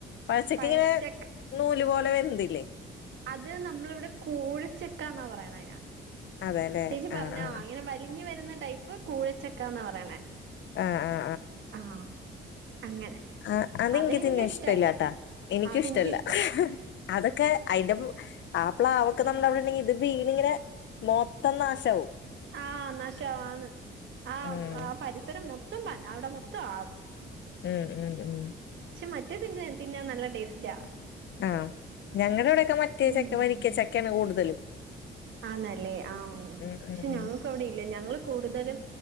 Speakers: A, on the left (about 65°); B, on the right (about 70°).
A: പഴച്ചക്കങ്ങനെ
B: പഴച്ചക്ക
A: നൂല് പോലെ വര്ന്തില്ലേ
B: അത് നമ്മളിവിടെ കൂഴച്ചക്കാന്നാ പറയിണയിന്.
A: അതെല്ലേ
B: ചേച്ചി പറഞ്ഞാ
A: ആ ആ
B: ഇങ്ങനെ വലിഞ്ഞ് വരുന്ന ടൈപ്പ് കൂഴച്ചക്കാന്നാ പറയ്ണേ.
A: ആഹ് ആഹ്
B: ആഹ് അങ്ങനെ
A: ആ, അതിൻക്
B: അതെനിക്ക്
A: തിന്നാൻ
B: ഇഷ്ടല്ല
A: ഇഷ്ടല്ലാട്ടാ. എനിക്കും
B: അതെനിക്കിഷ്ടല്ല
A: ഇഷ്ടല്ല. അതൊക്കെ അയിന്റെ പ്ലൂ ആ പ്ലാവൊക്കെ നമ്മളവിടെണ്ടെങ്കി ഇത് വീണ് ഇങ്ങനെ മൊത്തം നാശാവും.
B: ആഹ് നാശാവും ആന്ന്. ആ
A: ഉം
B: ആ പരിസരം മൊത്തം പരന്ന് അവിടെ മൊത്തം ആവും.
A: ഉം ഉം ഉം
B: ക്ഷെ മറ്റേതിന്റെ തിന്നാൻ നല്ല ടേസ്റ്റാ.
A: ആഹ്, ഞങ്ങടിവിടെക്കെ മറ്റേ
B: ഉം
A: ചക്ക വരിക്ക ചക്കേണ് കൂടുതലും.
B: ആന്നല്ലേ ആഹ്
A: ഉം
B: പക്ഷെ
A: ഉം ഉം
B: ഞങ്ങൾക്ക് അവിടെയില്ല ഞങ്ങള് കൂടുതലും